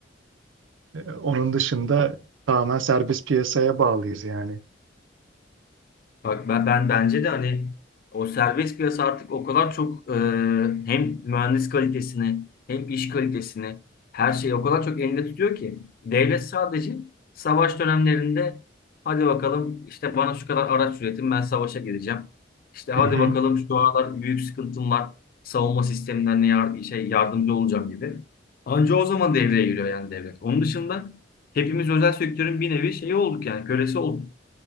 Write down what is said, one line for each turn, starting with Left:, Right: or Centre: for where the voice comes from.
Right: E, Onun dışında tamamen serbest piyasaya bağlıyız yani.
Left: Bak ben, ben bence de hani o serbest piyasa artık o kadar çok e, hem mühendis kalitesini hem iş kalitesini her şeyi o kadar çok elinde tutuyor ki devlet sadece savaş dönemlerinde hadi bakalım işte bana şu kadar araç üretin ben savaşa gideceğim. İşte hadi
Right: Hı hı.
Left: bakalım şu aralar büyük sıkıntım var savunma sisteminden yar şey yardımcı olacağım gibi. Anca o zaman devreye giriyor yani devlet. Onun dışında hepimiz özel sektörün bir nevi şeyi olduk yani kölesi olduk.